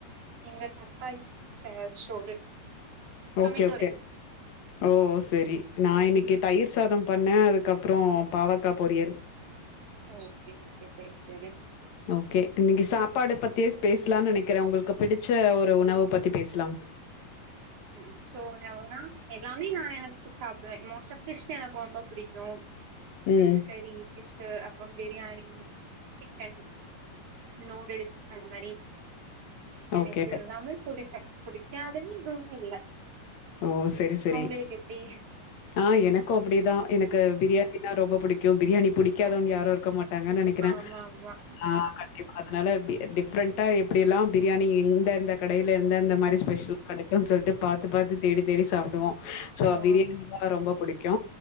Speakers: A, on the right; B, on the left.
A: எங்க தக்காளி ச சோறு
B: ஓகே
A: டொமேட்டோ
B: ஓகே
A: ரைஸ்
B: ஓ சேரி நா இன்னைக்கி தயிர் சாதம் பண்ணே அதுக்கப்பறோ பாவக்கா பொரியர்
A: ஓகே ஓகே செரி செரி
B: ஓகே இன்னைக்கி சாப்பாடு பத்தியே பேசலானு நெனக்கிறே உங்களுக்கு பிடிச்ச ஒரு உணவ பத்தி பேசலாம்
A: ஆ அ சோ ஆனா வுனா எல்லாமே நா எனக்கு சாப்டுவே மோஸ்டா ஃபிஷ் எனக்கு ரொம்ப பிடிக்கு
B: ம்.
A: ஃபிஷ்கரி ஃபிஷ் அப்பறம் பிரியாணி சிக்கன் நூடுல்ஸ் அந்த மாரி எனக்கு
B: ஓகே.
A: எல்லாமே புடிக்கு புடிக்காதன்னு இதுவு இல்ல
B: ஓ செரி செரி
A: உங்களுக்கு எப்டி
B: ஆ எனக்கு அப்டிதா எனக்கு பிரியாணின்னா ரொம்ப புடிக் க்கு பிரியாணி புடிக்காதவுங்க யாரு இருக்க மாட்டாங்கனு நெனைக்கிறே
A: ஆமா ஆமா
B: ஆ கண்டிப்பா அதனால பி டிஃப்ரெண்டா எப்டி எல்லா பிரியாணி எந்த எந்த கடைல எந்தந்த மாரி ஸ்பெஷலா கடை க்கு சொல்ட்டு பாத்து பாத்து தேடி தேடி சாப்டுவோ சோ
A: ஓ
B: பிரியாணி தா ரொம்ப புடிக்கு